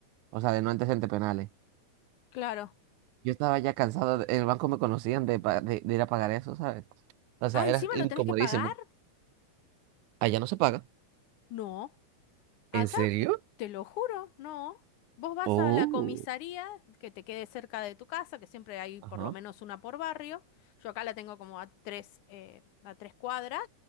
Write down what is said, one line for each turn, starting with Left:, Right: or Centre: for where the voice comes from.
Right: o sea, de no antecedentes penales.
Left: claro.
Right: Yo estaba ya cansado, de- en el banco me conocían de, pa- de, de ir a pagar eso, ¿sabes? O sea,
Left: Ah, encima
Right: era incomodísimo.
Left: lo tenés que pagar.
Right: Allá no se paga.
Left: No. Acá,
Right: ¿En serio?
Left: te lo juro, no. Vos vas
Right: Oh,
Left: a la comisaría que te quede cerca de tu casa, que siempre hay por
Right: ajá.
Left: lo menos una por barrio. Yo acá la tengo como a tres, eh, a tres cuadras.